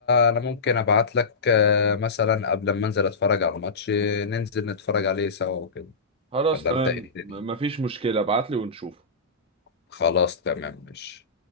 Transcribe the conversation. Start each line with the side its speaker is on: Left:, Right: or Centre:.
Left: أنا ممكن أبعت لك آه، مثلا قبل ما أنزل أتفرج على الماتش آه، ننزل نتفرج عليه سوا وكده
Right: خلاص
Left: ولا
Right: تمام
Left: أنت إيه الدنيا؟
Right: م- مفيش مشكلة ابعتلي ونشوف
Left: خلاص تمام ماشي